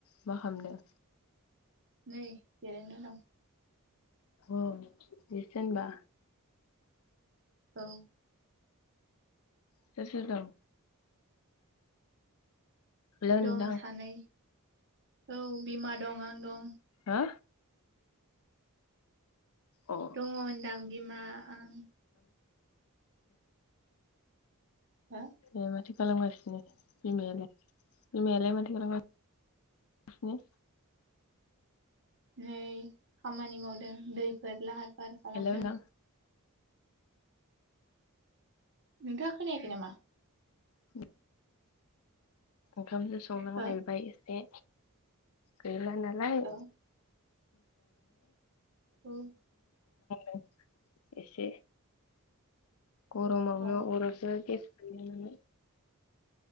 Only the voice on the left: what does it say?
मा खामदों?
औ बेसो होनबा?
सोर सोर दं? हेलौ
नोंथां
हा? अ
ए माथो खालामगासिनो बिमायालाय बिमायालाय माथो खालामगा सिनो
हेलौ नोंथां
<inaudible> ओंखामसो संनांलायबाय
एसे गैला नालाय।
<inaudible> <inaudible> एसे गरमावनो
अरावसो गेस गैयानालाय